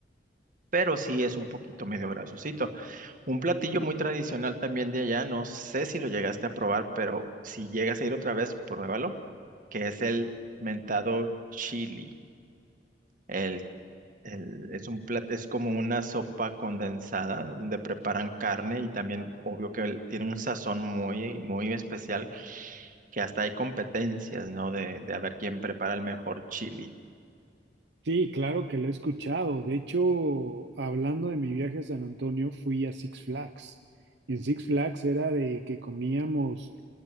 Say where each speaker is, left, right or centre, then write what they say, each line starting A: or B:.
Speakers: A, on the right; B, on the right.
A: pero sí es un poquito medio grasosito. Un platillo muy tradicional también de allá, no sé si lo llegaste a probar, pero si llegas a ir otra vez, pruébalo, que es el mentado chili. El, el- es un plat, es como una sopa condensada donde preparan carne y también obvio que el- tiene un sazón muy, muy especial, que hasta hay competencias, ¿no? De, de a ver quién prepara el mejor chili.
B: Sí, claro que lo he escuchado. De hecho, hablando de mi viaje a San Antonio, fui a Six Flags. Y en Six Flags era de que comíamos